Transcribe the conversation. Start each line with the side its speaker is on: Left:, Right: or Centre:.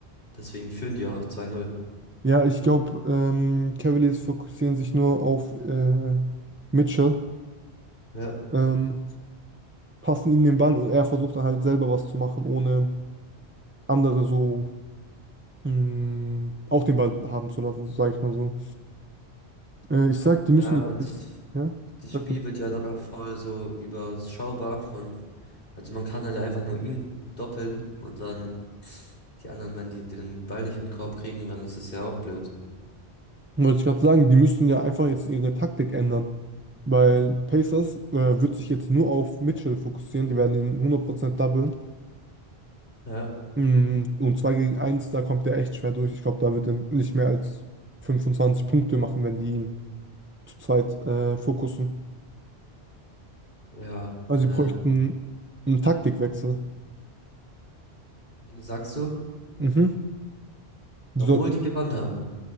Left: deswegen führen die auch 2-0.
Right: Ja, ich glaube, ähm, Cavaliers fokussieren sich nur auf äh, Mitchell,
Left: Ja.
Right: ähm, passen ihm den Ball und er versucht dann halt selber was zu machen, ohne andere so mh, auch den Ball haben zu lassen, sage ich mal so. Äh, ich sag, die müssen
Left: Ja,
Right: jetzt,
Left: und
Right: jetzt-
Left: das,
Right: ja,
Left: das
Right: sag
Left: Spiel
Right: mal.
Left: wird ja danach voll so überschaubar von, also man kann dann ja einfach nur ihn doppeln und dann die anderen, wenn die den Ball nicht in den Korb kriegen, dann ist es ja auch blöd.
Right: Wollte ich gerade sagen, die müssen ja einfach jetzt ihre Taktik ändern. Weil Pacers äh, wird sich jetzt nur auf Mitchell fokussieren. Die werden ihn 100% doublen.
Left: Ja,
Right: Mm, Und 2 gegen eins, da kommt er echt schwer durch. Ich glaube, da wird er nicht mehr als 25 Punkte machen, wenn die ihn zu zweit äh, fokussen.
Left: ja,
Right: Also
Left: äh,
Right: sie bräuchten einen Taktikwechsel.
Left: sagst du?
Right: Mhm. Die
Left: Obwohl
Right: sollten,
Left: die gewonnen haben.